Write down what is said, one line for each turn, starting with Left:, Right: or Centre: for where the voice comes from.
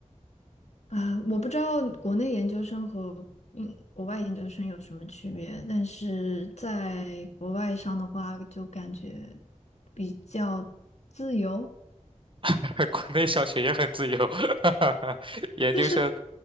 Left: 啊，我不知道国内研究生和嗯国外研究生有什么区别，但是在国外上的话，就感觉比较自由，
Right: <laughs> 国内上学也很自由，<laughs> 研究生
Left: 就是